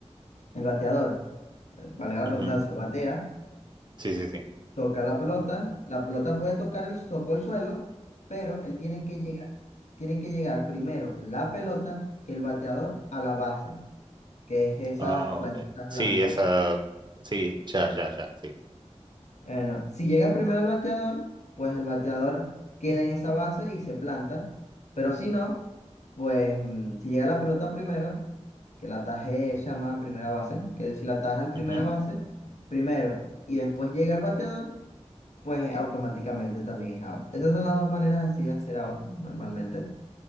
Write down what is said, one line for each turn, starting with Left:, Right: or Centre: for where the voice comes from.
Left: el bateador, eh, valga la
Right: ujú,
Left: redundancia, batea,
Right: Sí, sí, sí.
Left: toca la pelota, la pelota puede tocar el, tocó el suelo, pero él tiene que llegar, tiene que llegar primero la pelota que el bateador a la base, que es esas
Right: Ah,
Left: planchitas
Right: ok.
Left: blancas.
Right: Sí, esa, sí, ya, ya, ya, sí.
Left: Eh, no. Si llega primero el bateador, pues el bateador queda en esa base y se planta. Pero si no, pues mm, si llega la pelota primero, que la ataje se llama primera base, que si la ataja el primera
Right: Ujú,
Left: base primero y después llega el bateador, pues automáticamente también es out. Esas son las dos maneras así de hacer out normalmente,